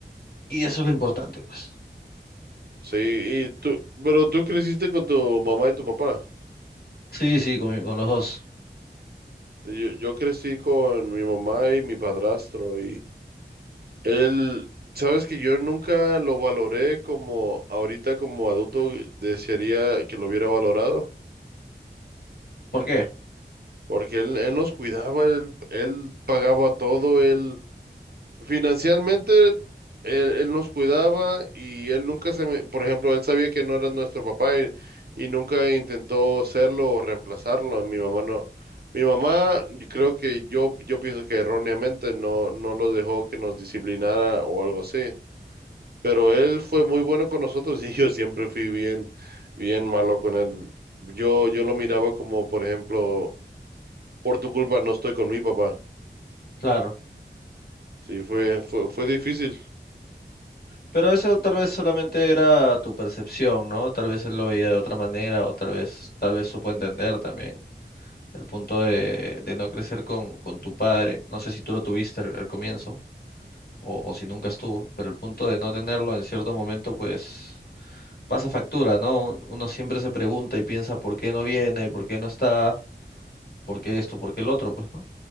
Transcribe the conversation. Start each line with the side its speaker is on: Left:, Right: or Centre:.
Left: Y eso es lo importante, pues.
Right: Sí, y tú, pero tú creciste con tu mamá y tu papá.
Left: Sí, sí, con, mi- con los dos.
Right: Sí, Yo, yo crecí con mi mamá y mi padrastro Él, sabes que yo nunca lo valoré como ahorita como adulto eh, desearía que lo hubiera valorado,
Left: ¿Por qué?
Right: porque él, él nos cuidaba, él, él pagaba todo, él financieramente él, él nos cuidaba y él nunca se me, por ejemplo, él sabía que no era nuestro papá y, y nunca intentó serlo o reemplazarlo. Mi mamá no, mi mamá, yo creo que yo, yo pienso que erróneamente no, no lo dejó que nos disciplinara o algo así. Pero él fue muy bueno con nosotros <laughs> y yo siempre fui bien, bien malo con él. Yo, yo lo miraba como, por ejemplo, por tu culpa no estoy con mi papá.
Left: Claro.
Right: Sí, fue, fue, fue difícil.
Left: Pero eso tal vez solamente era tu percepción, ¿no? Tal vez él lo veía de otra manera o tal vez, tal vez supo entender también el punto de, de no crecer con, con tu padre. No sé si tú lo tuviste al, al comienzo o, o si nunca estuvo, pero el punto de no tenerlo en cierto momento, pues pasa factura, ¿no? Uno siempre se pregunta y piensa por qué no viene, por qué no está, por qué esto, por qué el otro, pues, ¿no?